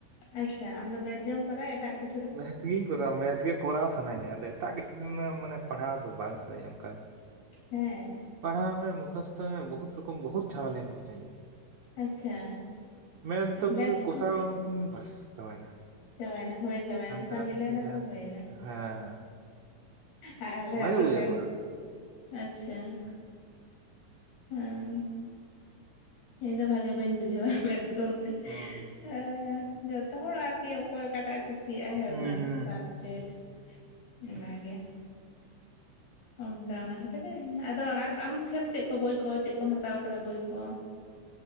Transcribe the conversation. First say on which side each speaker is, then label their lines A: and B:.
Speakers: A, on the left; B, on the right.
A: ᱟᱪᱪᱷᱟ ᱟᱢ ᱫᱚ ᱢᱮᱛᱷ ᱜᱮᱢ ᱠᱚᱨᱟᱣᱟ ᱮᱴᱟᱜ ᱠᱤᱼᱼ
B: ᱢᱮᱛᱷ ᱜᱮᱤᱧ ᱠᱚᱨᱟᱣᱟ ᱢᱮᱛᱷ ᱜᱮ ᱠᱚᱨᱟᱣ ᱥᱟᱱᱟᱧᱟ ᱟᱫᱚ ᱮᱴᱟᱜ ᱠᱤᱪᱷᱩ ᱫᱚᱱᱟ ᱢᱟᱱᱮ ᱯᱟᱲᱦᱟᱣ ᱫᱚ ᱵᱟᱝ ᱥᱟᱱᱟᱧᱟ ᱚᱱᱠᱟ ᱫᱚ
A: ᱦᱮᱸ
B: ᱯᱟᱲᱦᱟᱣ ᱢᱮ ᱢᱩᱠᱷᱚᱥᱛᱚᱛ ᱢᱮ ᱵᱚᱦᱩᱛ ᱨᱚᱠᱚᱢ ᱵᱚᱦᱩᱛ ᱡᱷᱟᱢᱮᱞᱟᱧ ᱵᱩᱡᱷᱣᱟ
A: ᱟᱪᱪᱷᱟ
B: ᱢᱮᱛᱷ ᱫᱚ ᱯᱩᱨᱟᱹ
A: ᱢᱮᱛ ᱠᱷᱟᱱ
B: ᱠᱚᱥᱟᱣ ᱞᱮᱠᱷᱟᱱ ᱵᱟᱥ ᱪᱟᱵᱟᱭᱮᱱᱟ
A: ᱪᱟᱵᱟᱭᱮᱱᱟ ᱦᱳᱭ ᱛᱚᱵᱮ
B: ᱦᱟᱱᱛᱮ
A: ᱮᱱᱥᱟᱨ
B: ᱱᱟᱛᱮ
A: ᱢᱤᱞᱟᱹᱣᱱᱟ
B: ᱠᱟᱛᱮ ᱡᱟᱦᱟᱸ
A: ᱛᱚ
B: ᱞᱮᱠᱟ
A: ᱦᱩᱭᱱᱟ
B: ᱦᱮᱸ
A: ᱟᱨ ᱟᱞᱮᱭᱟᱜ
B: ᱵᱷᱟᱜᱮ
A: ᱫᱚ
B: ᱵᱩᱡᱷᱟᱹᱜ
A: ᱢᱮᱛᱷ
B: ᱠᱚᱨᱟᱣ ᱞᱮᱠᱷᱟᱱ
A: ᱟᱪᱪᱷᱟ
B: <inaudible>
A: ᱦᱮᱸ ᱤᱧ ᱫᱚ ᱵᱷᱟᱜᱮ ᱵᱟᱹᱧ ᱵᱩᱡᱷᱟᱹᱣᱟ ᱢᱮᱛᱷ ᱫᱚ <unintelligible>
B: ᱦᱩᱸ
A: ᱦᱮᱸ ᱡᱚᱛᱚ ᱦᱚᱲ ᱟᱨᱠᱤ ᱚᱠᱚᱭ ᱚᱠᱟᱴᱟᱜ ᱠᱩᱥᱤ ᱭᱟᱜᱼᱟ
B: ᱦᱩᱸ
A: ᱵᱟᱝ
B: ᱦᱩᱸ
A: ᱥᱟᱵᱡᱮᱠᱴ ᱚᱱᱟᱜᱮ
B: ᱦᱩᱸ
A: ᱚᱱᱠᱟ ᱚᱱᱟ ᱦᱚ ᱛᱚᱵᱮ ᱟᱫᱚ ᱟᱨ ᱟᱢ ᱴᱷᱮᱱ ᱪᱮᱫ ᱠᱚ ᱵᱳᱭ ᱠᱚ ᱪᱮᱫ ᱠᱚᱢ ᱦᱟᱛᱟᱣ ᱠᱟᱫᱟ ᱵᱳᱭ ᱠᱚ?